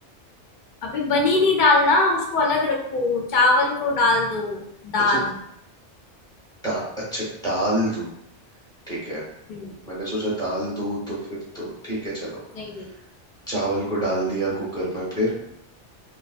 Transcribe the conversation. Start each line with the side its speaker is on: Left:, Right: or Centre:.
Left: अभी बनी नहीं दाल ना उसको अलग रखो चावल को डाल दो
Centre: अच्छा
Left: दाल
Centre: डा, अच्छा डाल दूं ठीक है
Left: हम्म
Centre: मैंने सोचा दाल दूं तो फिर तो ठीक है चलो
Left: नहीं नहीं
Centre: चावल को डाल दिया कुकर में फिर